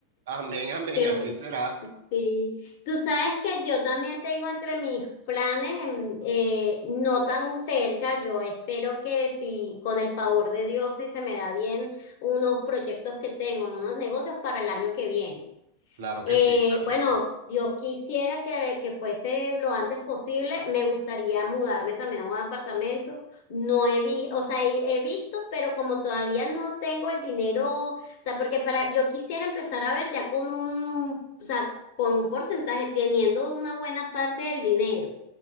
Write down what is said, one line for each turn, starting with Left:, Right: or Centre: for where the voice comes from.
Right: Amén, amén,
Left: Qué
Right: así
Left: bueno.
Right: será.
Left: Sí. Tú sabes que yo también tengo entre mis planes, em, eh, no tan cerca, yo espero que si con el favor de Dios, si se me da bien, unos proyectos que tengo, unos negocios para el año que viene.
Right: Claro
Left: Eh,
Right: que sí, claro
Left: bueno,
Right: que sí.
Left: Dios quisiera que, que fuese lo antes posible. Me gustaría mudarme también a un apartamento. No he visto, o sea, he, he visto, pero como todavía no tengo el dinero, o sea, porque para, yo quisiera empezar a ver ya con un, o sea, con un porcentaje, teniendo una buena parte del dinero.